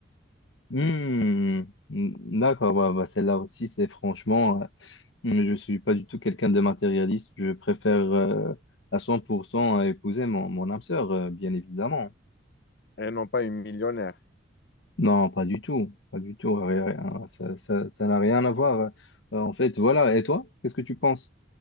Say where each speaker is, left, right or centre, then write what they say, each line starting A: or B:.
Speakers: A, on the left; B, on the left.
A: Hmm, Hmm, d'accord, bah, bah, celle-là aussi, c'est franchement, euh, hmm, je suis pas du tout quelqu'un de matérialiste, je préfère euh, à 100% épouser mon, mon âme sœur, euh, bien évidemment.
B: Et non pas une millionnaire.
A: Non, pas du tout, pas du tout, rien- rien, ça, ça, ça n'a rien à voir. Euh, en fait, voilà, et toi, qu'est-ce que tu penses?